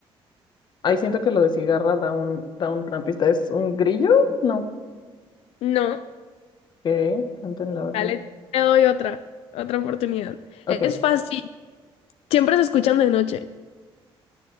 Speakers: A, on the left; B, on the left.
A: ahí siento que lo de cigarra da un, da un- una pista. ¿Es un grillo? No.
B: No,
A: Ok, canto en la orilla.
B: dale, te doy otra, otra oportunidad.
A: Ok.
B: Es fácil, siempre se escuchan de noche.